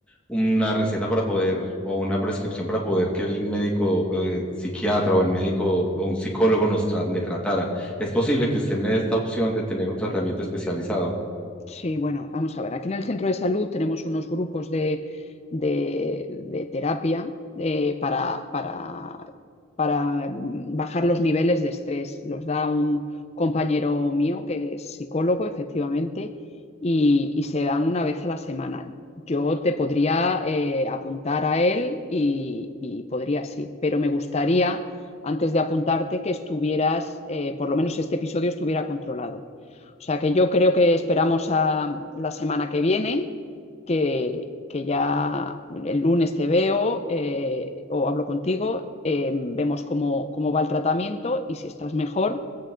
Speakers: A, in the centre; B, on the left.
A: una receta para poder, o una prescripción para poder que el médico eh, psiquiatra o el médico o un psicólogo nos tra- me tratara. ¿Es posible que usted me dé esta opción de tener un tratamiento especializado?
B: Sí, bueno, vamos a ver. Aquí en el centro de salud tenemos unos grupos de, de- de terapia eh, para, para- para, mm, bajar los niveles de estrés. Los da un compañero mío que es psicólogo, efectivamente, y, y se dan una vez a la semana. Yo te podría eh, apuntar a él y, y podría sí, pero me gustaría, antes de apuntarte, que estuvieras, eh, por lo menos este episodio estuviera controlado. O sea que yo creo que esperamos a la semana que viene, que, que ya el lunes te veo eh, o hablo contigo, eh, vemos cómo, cómo, va el tratamiento y si estás mejor,